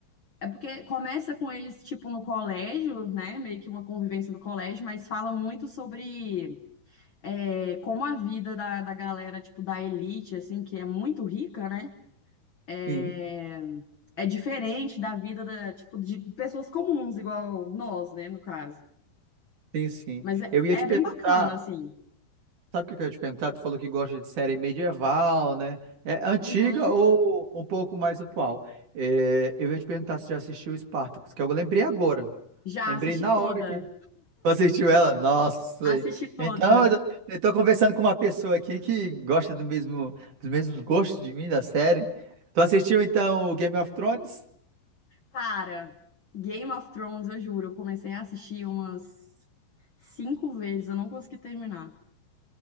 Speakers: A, on the left (about 60°); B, on the right (about 55°).
A: É porque começa com eles, tipo, no colégio, né? Meio que uma convivência do colégio, mas fala muito sobre é, como a vida da, da galera, tipo, da elite, assim, que é muito rica, né? É,
B: sim,
A: é diferente da vida da, tipo, de pessoas comuns, igual nós, né, no caso.
B: sim, sim.
A: Mas é,
B: Eu ia
A: é
B: te perguntar.
A: bem bacana, assim.
B: Sabe o que que eu ia te perguntar? Tu falou que gosta de série medieval, né? É antiga
A: Uhum.
B: ou um pouco mais atual? É, eu ia te perguntar se já assistiu Spartacus, que eu lembrei agora.
A: Já
B: Lembrei
A: assisti
B: na
A: toda.
B: hora que tu assistiu ela. Nossa!
A: Assisti toda.
B: Então, eu eu tô conversando com uma pessoa aqui que gosta do mesmo, dos mesmos gostos de mim, da série. Tu assistiu, então, o Game of Thrones?
A: Cara, Game of Thrones, eu juro, eu comecei a assistir umas cinco vezes, eu não consegui terminar.